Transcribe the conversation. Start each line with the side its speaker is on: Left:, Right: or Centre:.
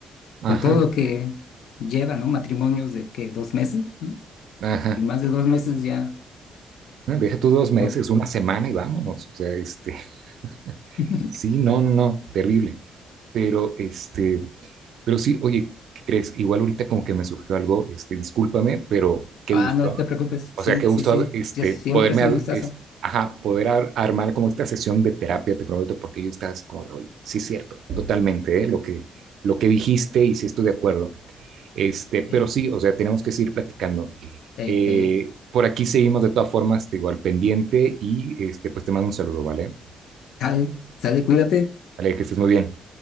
Right: Ajá,
Left: con todo lo que lleva, ¿no? Matrimonios de que dos meses, ¿no?
Right: ajá.
Left: Y más de dos meses ya
Right: No, Deja tú dos meses,
Left: otro.
Right: una semana y vámonos. O sea, este, <laughs>
Left: <laughs>
Right: sí, no, no, no, terrible. Pero, este, pero sí, oye, ¿qué crees? Igual ahorita como que me surgió algo, este, discúlpame, pero qué
Left: Ah,
Right: gusto.
Left: no te preocupes,
Right: O
Left: sí,
Right: sea, qué gusto,
Left: sí, sí,
Right: este,
Left: ya siempre
Right: poderme,
Left: es un
Right: ad-
Left: gustazo.
Right: es- ajá, poder ar- armar como esta sesión de terapia, te prometo, porque yo estaba así como de, oye, sí es cierto, totalmente, ¿eh? Lo que, lo que dijiste y sí estoy de acuerdo. Este,
Left: Eh,
Right: pero sí, o sea, tenemos que seguir platicando.
Left: eh,
Right: Eh,
Left: eh,
Right: por aquí seguimos de todas formas, te digo, al pendiente y este, pues te mando un saludo, ¿vale?
Left: sale, sale, cuídate.
Right: Vale, que estés muy bien.